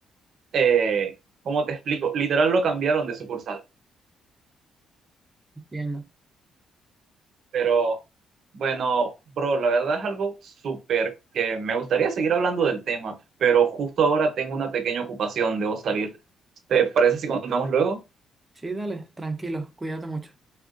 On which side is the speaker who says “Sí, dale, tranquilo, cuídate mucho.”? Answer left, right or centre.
Right